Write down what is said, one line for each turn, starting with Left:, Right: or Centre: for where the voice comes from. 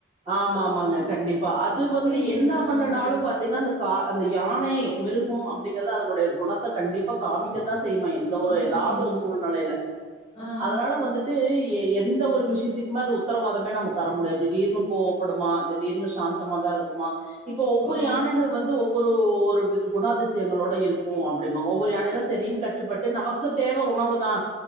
Right: ஆம் ஆமாங்க கண்டிப்பா அது வந்து
Left: இதுதா
Right: என்னா பண்ணுனாலும்
Left: அப்டின்னு
Right: பாத்தீங்னா அந்த கா அந்த யானை மிருகும் அப்டிங்கிறத அதனுடைய குணத்த கண்டிப்பா காமிக்கத்தாஸ் செய்மா எந்த ஒரு
Left: நிச்சயமா
Right: ஏதாவ்தொரு சூழ்நலைல
Left: ஆ
Right: அதனால வந்துட்டு எ எந்த ஒரு விஷ்யத்திக்மே அது உத்துரவாதமே நம்ம தர முடியா திடீர்னு கோவப்படுமா திடீர்னு சாந்தமா தா இருக்குமா இப்ப ஒவ்வொரு
Left: ஓ
Right: யானைகள் வந்து ஒவ் ஒரு ஒரு விது குணாதிசியங்களோட இருக்கு அப்டிமா ஒவ்வொரு யானைகளு செரின்ட் கட்டுப்பட்டு நமக்கு தேவ உணவு தா